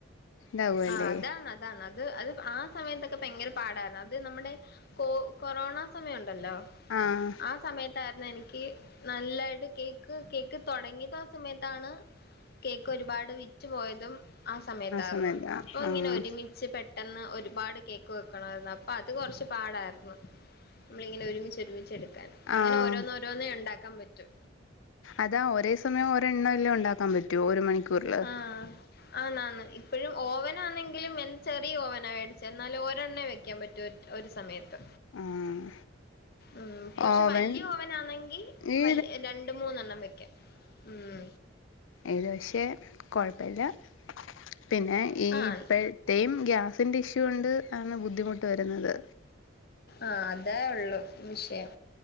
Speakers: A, on the left; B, on the left.
A: താവു അല്ലേ
B: ആഹ് അതാണ് അതാണ് അത് അത് ആ സമയത്തൊക്കെ ഭയെങ്കെര പാടാര്ന്നു അത് നമ്മടെ കോ കൊറോണാ സമയം ഉണ്ടല്ലോ
A: ആഹ്
B: ആ സമയത്തായിര്ന്നു എനി ക്ക് നല്ലായിട്ട് കേക്ക് കേക്ക് തൊടങ്ങിയത് ആ സമയത്താണ് കേക്ക് ഒരുപാട് വിറ്റ് പോയതും ആ സമയത്താർന്ന്
A: സമയത്താ
B: അപ്പൊ ഇങ്ങെനെ
A: ആഹ്
B: ഒരുമിച്ച് പെ ട്ടെന്ന് ഒര്പാട് കേക്ക് വെക്കെണമായിര്ന്നു അപ്പൊ അത് കൊറച്ച് പാടായ്ര്ന്ന് നമ്മളിങ്ങെനെ ഒരുമിച്ച് ഒരുമിച്ചെട്ക്കാന് അങ്ങെനെ
A: ആഹ്
B: ഓരോന്നോരോന്നേ ണ്ടാക്കാൻ പറ്റു
A: അതാ ഒരേ സമയം ഓരെണ്ണവല്ലേ ഒണ്ടാക്കാൻ പ റ്റൂ ഒര് മണിക്കൂർല്
B: ആഹ് ആന്നാന്ന് ഇപ്പഴും ഓവനാന്നെങ്കിലും എ ചെറിയ ഓവനാണ് വേടിച്ചേ ന്നാലും ഒരെണ്ണെ വെയ്ക്കാൻ പറ്റു ഒ ഒരു സമെയെ ത്ത്
A: ആഹ്
B: ഉം കൊർച്ച്
A: ഓവൻ
B: വല്ല്യ ഓവനാന്നെങ്കി
A: ഈ
B: വല് രണ്ട് മൂന്നെണ്ണം വെക്ക ഉം
A: ഇതു പക്ഷേ കൊഴപ്പ ഇല്ല പിന്നെ ഈ
B: ആഹ്
A: ഇപ്പഴ് ത്തേയും ഗ്യാസിന്റെ ഇഷ്യൂ കൊണ്ട് ആന്ന് ബുദ്ധിമുട്ട് വര്ന്നത്
B: ആഹ് അതേ ഒള്ളു വിഷെയം